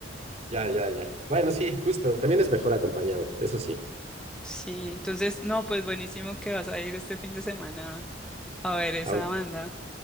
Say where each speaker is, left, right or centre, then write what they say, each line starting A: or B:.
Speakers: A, on the right; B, in the centre.
A: Ya, ya, ya. Bueno, sí, justo. También es mejor acompañado, eso sí.
B: Sí, entonces, no, pues buenísimo que vas a ir este fin de semana a ver esa
A: Aun-
B: banda.